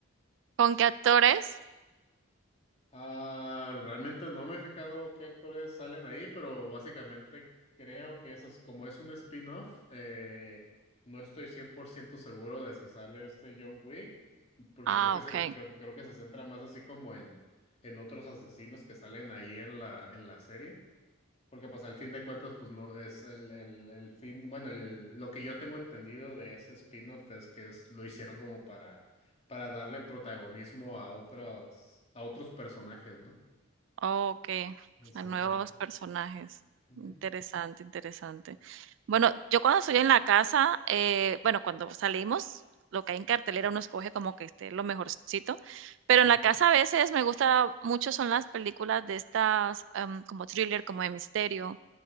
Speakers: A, on the right; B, on the left.
A: ¿Con qué actores?
B: Ah, realmente no me he fijado qué actores salen ahí, pero básicamente creo que eso es como es un spin-off. eh, no estoy 100% seguro de si sale este John Wick, porque
A: Ah,
B: creo que
A: ok.
B: se, creo, creo que se centra más así como en, en otros asesinos que salen ahí en la, en la serie. Porque pues al fin de cuentas, pues no es el, el, el fin, bueno, el- lo que yo tengo entendido de ese spin-off es que es, lo hicieron como para, para darle protagonismo a otros, a otros personajes, ¿no?
A: Okey,
B: O sea,
A: a nuevos
B: pa-
A: personajes.
B: ujú,
A: Interesante, interesante. Bueno, yo cuando estoy en la casa, eh, bueno, cuando salimos, lo que hay en cartelera uno escoge como que esté lo mejorcito, pero en
B: ujú,
A: la casa a veces me gusta mucho son las películas de estas, am, como thriller, como de misterio,